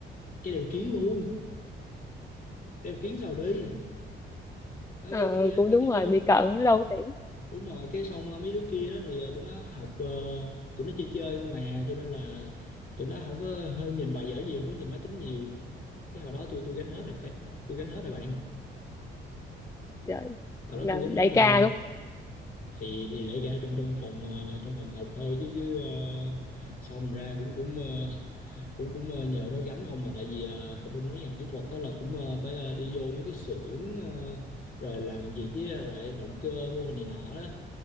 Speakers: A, on the left; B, on the left.
A: cái đều kiến luôn đeo kiến sao đi đó,
B: Ờ,
A: cái, cái
B: cũng
A: cái
B: đúng
A: cái mấy
B: rồi
A: đứa
B: bị
A: ki-
B: cận ở đâu có tiễn
A: đúng rồi cái xong ờ, mấy đứa kia đó thì ờ, tụi nó học ờ, tụi nó chơi chơi không mà cho nên là tụi nó không có nhìn bài vở nhiều không có nhìn máy tính nhiều cái hồi đó tôi tôi gánh hết rồi phải tôi gánh hết rồi bạn
B: trời
A: hồi đó
B: làm
A: tôi gánh hết
B: đại
A: rồi
B: ca luôn
A: thì thì để ra trong trong phòng ờ, trong phòng học thôi chứ chứ ờ, xong ra cũng cũng ờ, cũng cũng ờ, nhờ nó gánh không mà tại vì ờ, học bên mấy ngành kỹ thuật đó là cũng ờ, phải ờ, đi vô mấy cái xưởng ờ, rồi làm việc với ờ, lại động cơ mô hình này nọ đó